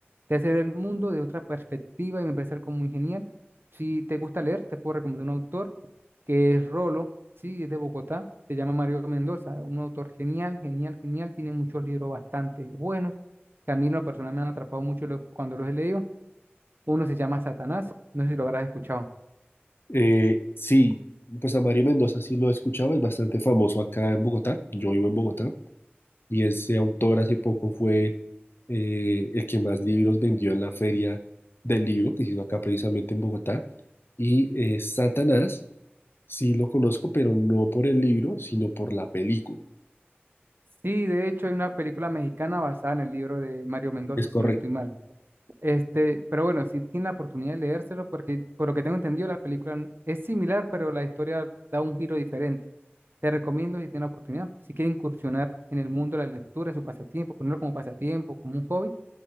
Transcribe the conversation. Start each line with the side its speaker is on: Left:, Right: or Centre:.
Right: te hace ver el mundo de otra perspectiva y me parece algo muy genial. Si te gusta leer, te puedo recomendar un autor que es Rolo, sí, es de Bogotá, se llama Mario Mendoza, un autor genial, genial, genial, tiene muchos libros bastante buenos. que A mí en lo personal me han atrapado mucho los- cuando los he leído. Uno se llama Satanás, no sé si lo habrás escuchado.
Left: Eh, sí, pues a Mario Mendoza sí lo he escuchado, es bastante famoso acá en Bogotá, yo vivo en Bogotá, y ese autor hace poco fue eh, el que más libros vendió en la feria del libro que se hizo acá precisamente en Bogotá. Y eh, Satanás, sí lo conozco, pero no por el libro, sino por la película.
Right: Sí, de hecho hay una película mexicana basada en el libro de Mario Mendoza,
Left: Es correcto.
Right: si no estoy mal. Este, pero bueno, si tiene la oportunidad de leérselo, porque por lo que tengo entendido la película es similar, pero la historia da un giro diferente. Te recomiendo si tiene la oportunidad, si quiere incursionar en el mundo de la lectura, en su pasatiempo, ponerlo como pasatiempo, como un hobby,